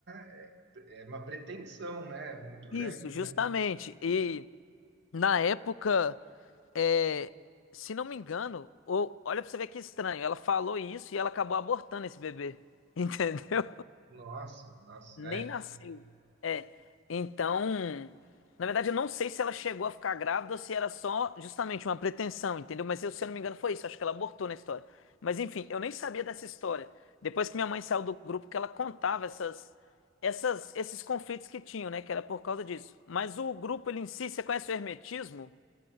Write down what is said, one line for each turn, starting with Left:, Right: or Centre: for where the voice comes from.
Right: é é uma pretensão, né? Muito grande,
Left: Isso, justamente.
Right: né?
Left: E na época, é, se não me engano, ou, olha pra você ver que estranho, ela falou isso e ela acabou abortando esse bebê. <laughs> Entendeu?
Right: Nossa, nossa,
Left: Nem
Right: é.
Left: nasceu. É. Então, na verdade, eu não sei se ela chegou a ficar grávida ou se era só justamente uma pretensão, entendeu? Mas eu, se eu não me engano, foi isso. Acho que ela abortou na história. Mas enfim, eu nem sabia dessa história. Depois que minha mãe saiu do grupo, que ela contava essas, essas, esses conflitos que tinham, né? Que era por causa disso. Mas o grupo, ele em si, você conhece o hermetismo?